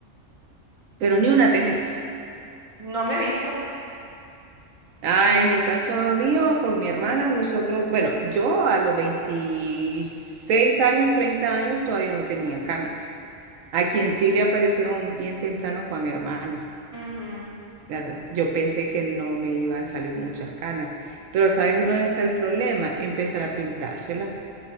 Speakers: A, on the right; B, on the right.
A: Pero ni una tenés.
B: No me he visto.
A: Ah, en el caso mío, con mi hermana, nosotros, bueno, yo a los 26 años, 30 años, todavía no tenía canas. A quien sí le aparecieron bien temprano fue a mi hermana,
B: Ujú, ujú.
A: ¿verdad? Yo pensé que no me iban a salir muchas canas, pero ¿sabes dónde está el problema? Empezar a pintárselas.